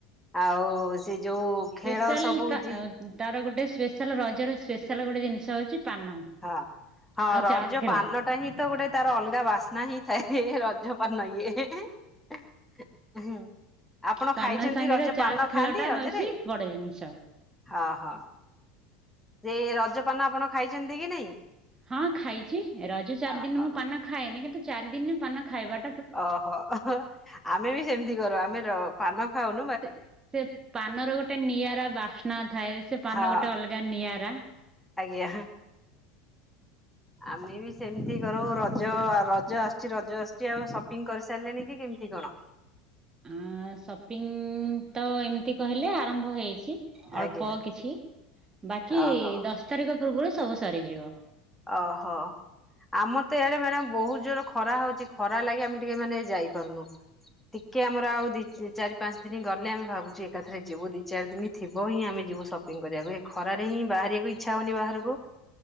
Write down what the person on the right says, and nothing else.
ସ୍ପେଶାଲ
ତା
ତାର ଗୋଟେ ସ୍ପେଶାଲ୍ ରଜରେ ସ୍ପେଶାଲ୍ ଗୋଟେ ଜିନିଷ ହଉଛି ପାନ।
ଆଉ
ଚାସ୍ ଖେଳ
ପାନ
ସାଙ୍ଗରେ
ଚାସ୍ ଖେଳଟା
ହଉଛି ବଡ ଜିନିଷ।
ହଁ ଖାଇଛି ରଜ ଚାରି
ଦିନ ମୁଁ ପାନ ଖାଏନି, କିନ୍ତୁ ଚାରି ଦିନ ପାନ ଖାଇବା
ସେ ସେ ପାନର ଗୋଟେ ନିଆରା ବାସ୍ନା ଥାଏ। ସେ ପାନ
ଗୋଟେ ଅଲଗା ନିଆରା
ଆଁ ସପିଂ ତ- ଏମିତି କହିଲେ ଆରମ୍ଭ ହେଇଛି। ଅଳ୍ପ
କିଛି ବାକି
ଦଶ ତାରିଖ ପୂର୍ବରୁ ସବୁ ସରିଯିବ।